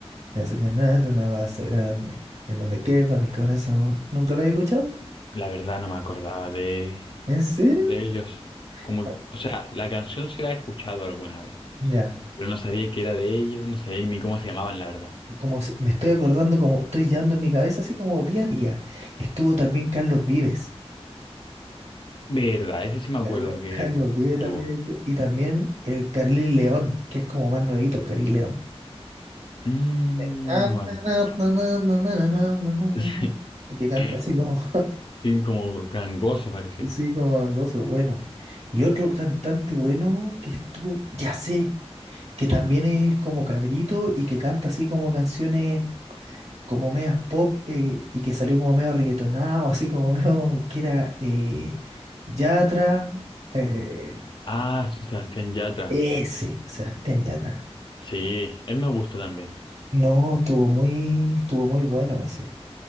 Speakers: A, on the right; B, on the left.
A: Me hace ganar una base grande en donde quepa mi corazón. ¿Nunca la he escuchado?
B: La verdad no me acordaba de,
A: ¿En serio?
B: de ellos. Como,
A: Ah,
B: o sea, la canción sí la he escuchado alguna vez,
A: Ya.
B: pero no sabía que era de ellos, no sabía ni cómo se llamaban, la verdad.
A: como se- me estoy acordando, como estoy dando en mi cabeza, así como día a día. Estuvo también Carlos Vives.
B: Verdad, ese sí me acuerdo
A: Carlos,
B: que
A: Carlos Vives
B: estuvo.
A: también estuvo- Y también el Caril León, que es como más nuevito, Caril León.
B: Mm,
A: Eh, ah,
B: no me
A: na,
B: acuerdo.
A: na,
B: Ah,
A: na, na, na, na, na, na, na, na,
B: <laughs>
A: na, Que canta
B: Sí,
A: así como, <laughs>
B: sí, como gangoso pareciera.
A: sí, como gangoso, bueno. Y otro cantante bueno que estuvo, ya sé, que también es como cabrito y que canta así como canciones como medias pop eh, y que salió como medio reggaetonado, así como <laughs> medio que era eh, Yatra, eh,
B: Ah, sí, Sebastián Yatra.
A: ese, Sebastián Yatra.
B: Sí, él me gusta también.
A: No, estuvo muy, estuvo muy bueno ese.